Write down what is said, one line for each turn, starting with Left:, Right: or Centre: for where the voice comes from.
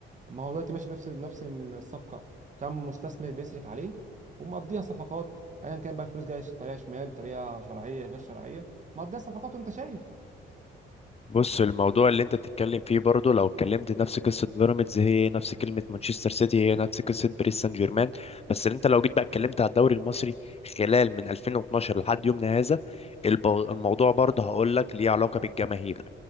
Right: ما هو دلوقتي ماشي نفس نفس الصفقه كم مستثمر بيصرف عليه ومقضيها صفقات ايا كان بقى الفلوس جايه طريقه شمال طريقه شرعيه غير شرعيه مقضيها صفقات وانت شايف
Left: بص الموضوع اللي انت بتتكلم فيه برضه لو اتكلمت نفس قصه بيراميدز هي نفس كلمه مانشستر سيتي هي نفس قصه باريس سان جيرمان بس اللي انت لو جيت بقى اتكلمت على الدوري المصري خلال من 2012 لحد يومنا هذا البو- الموضوع برضه هقول لك ليه علاقه بالجماهير